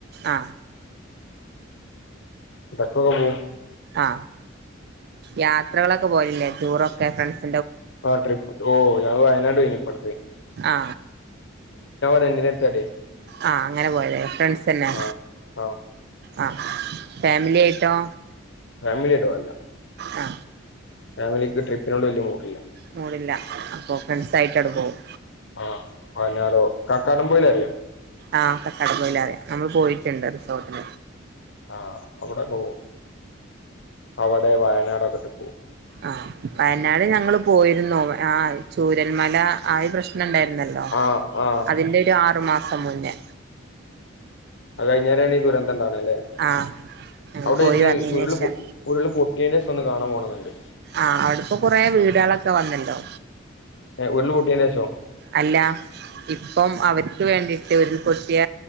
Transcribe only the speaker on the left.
<unintelligible>
ആ ട്രിപ്പ് ഓ ഞാന് വയനാട് പോയിനി ഇപ്പഴത്തെ
റെന്റിന് എടുത്താട്ടെ
ആ ആ
ഫാമിലിയിട്ടാല്ല
ഫാമിലിക്ക് ട്രിപ്പിനോട് വലിയ മൂഡില്ല
ആ പതിനാറോ കാക്കാടൻ പൊയിലറിയോ
ആ അവിടെ പോവും അവിടെ വയനാടൊക്കെട്ട് പോവും
ആ ആ
അത്കഴിഞ്ഞേരണ ഈദുരന്തംണ്ടണ അല്ലേ
അവിടെ
ഇത്
ഉരുള് ഉരുള് പൊട്ടിയന്റെ ഒന്ന് കാണാൻ പോണന്നണ്ട്
ഉരുള പൊട്ടിയന്റെ ശേ ശോ